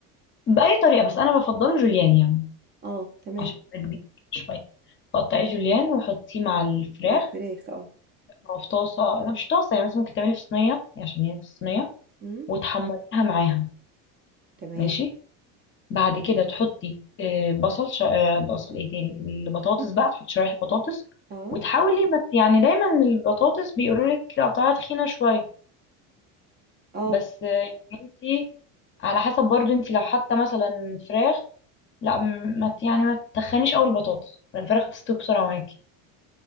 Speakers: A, on the left; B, on the right.
A: باي طريقه بس انا بفضله جوليان يعني
B: اه تمام
A: عشان يبقى كبير شويه قطعي جوليان وحطيه مع الفراخ
B: مع الفراخ اه
A: هو في طاسه لا مش طاسه يعني مثلا ممكن تعملي في صينيه يعني، عشان هي في الصينيه
B: امم
A: وتحمريها معاها
B: تمام
A: ماشي بعد كده تحطي آه، بصل ش... آه، بصل ايه تاني البطاطس
B: <laughs>
A: بقى تحطي شرايح البطاطس
B: اه
A: وتحاولي ما... يعني دايما البطاطس بيقولوا لك قطعها تخينه شويه
B: اه
A: بس آه، انتي على حسب برضو انتي لو حاطه مثلا فراخ لا م- ما ت- يعني ما تتخنيش قوي البطاطس لان الفراخ هتستوي بسرعه معاكي